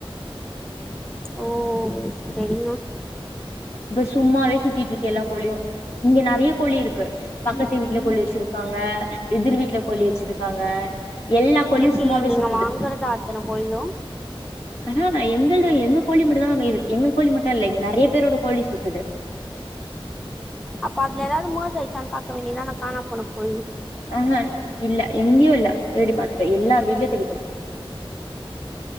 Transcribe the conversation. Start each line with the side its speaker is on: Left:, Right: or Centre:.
Centre: ஓ செரிங்க
Left: இப்ப சும்மாவே சுத்திட்டு இருக்க எல்லா கோழியும் இங்க நறைய கோழி இருக்கு பக்கத்து வீட்டுல கோழி வச்சிருப்பாங்க எதிர் வீட்ல கோழி வச்சிருக்காங்க எல்லா கோழியு
Centre: எப்டி
Left: சும்மாவே
Centre: நீங்க
Left: சுத்துது
Centre: வாங்கறதா அத்தன கோழியு
Left: அஹ எங்களது எங்க கோழி மட்டு தா மேயுது எங்க கோழி மட்டு இல்ல இங்க நறைய பேரோட கோழி சுத்துது
Centre: அப்ப அதுல ஏதாவது மோஜ் ஆயிச்சான்னு பாக்க வேண்டியது தான காணமபோன கோழி
Left: ஆஹ இல்ல எங்கயு இல்ல தேடிப்பாத்துட்டோ எல்லார் வீட்லோயு தேடிப்பாத்